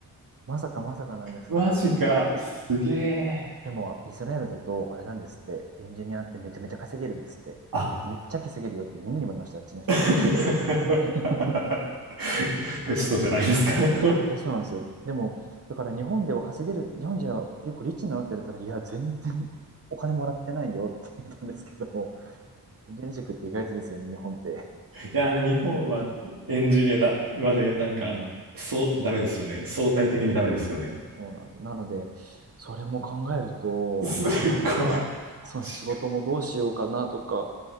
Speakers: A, on the right; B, on the right.
A: まさかまさかなんですけど、
B: マジか。すげえ。
A: でも、イスラエルだと、あれなんですって、エンジニアってめちゃめちゃ稼げるんですって。
B: あ。
A: めっちゃ稼げるよってみんなに言われました、あっちの人に。
B: <laughs>
A: <laughs>
B: ベストじゃないですか <laughs> い
A: え、そうなんですよ。でも、だから日本では稼げる、日本人は結構リッチになのって言っれたら、いや、全然お金もらってないよって言ったんですけど、エンジニア塾って意外とですよね、日本って。
B: やー、日本はエンジニアだはね、なんか、
A: うん。
B: そう、ダメですよね。相対的にダメですよね。
A: 全然ダメなんですよ。そうなんですよ。なので、それも考えると、
B: すっごい。
A: なんか、
B: マジか。
A: その仕事もどうしようかなとか、